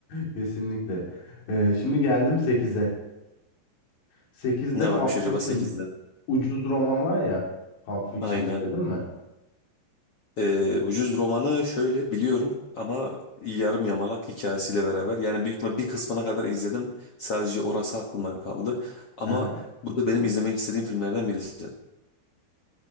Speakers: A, on the left; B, on the left.
A: <laughs> Kesinlikle. Ee, şimdi geldim sekize. 8'de
B: Ne varmış
A: Pulp
B: acaba
A: Fiction
B: sekizde?
A: ucuz roman var ya. Pulp Fiction
B: Aynen.
A: izledin
B: öyle.
A: mi?
B: Ee, Ucuz romanı şöyle biliyorum ama yarım yamalak hikayesiyle beraber yani büyük ihtimal bir kısmına kadar izledim. Sadece orası aklımda kaldı. Ama
A: <laughs>
B: bu da benim izlemek istediğim filmlerden birisi.